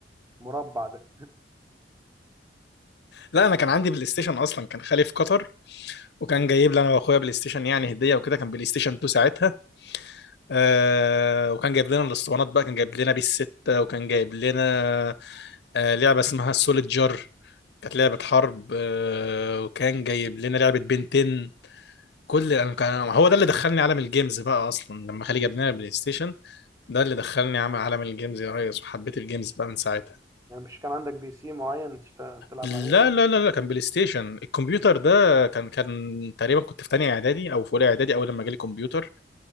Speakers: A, on the right; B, on the left.
A: المربع ده
B: لا انا كان عندي بلاي ستيشن اصلا كان خالي في قطر وكان
A: مم.
B: جايب لي انا واخويا بلاي ستيشن يعني هديه وكده كان بلاي ستيشن 2 ساعتها آه وكان جايب لنا الاسطوانات بقى كان جايب لنا بيس 6 وكان جايب لنا آه لعبه اسمها سوليد جار كانت لعبه حرب آه وكان جايب لنا لعبه بنتين كل انا كان هو ده اللي دخلني عالم الجيمز بقى اصلا لما خالي جاب لنا
A: مم.
B: البلاي ستيشن ده اللي دخلني عم- عالم الجيمز يا ريس وحبيت الجيمز بقى من ساعتها
A: يعني مش كان عندك بي سي معين تشت- تلعب
B: لا
A: عليه ولا؟
B: لا لا لا كان بلاي ستيشن الكمبيوتر ده كان كان تقريبا كنت في تانية اعدادي او في اولى اعدادي اول لما جالي كمبيوتر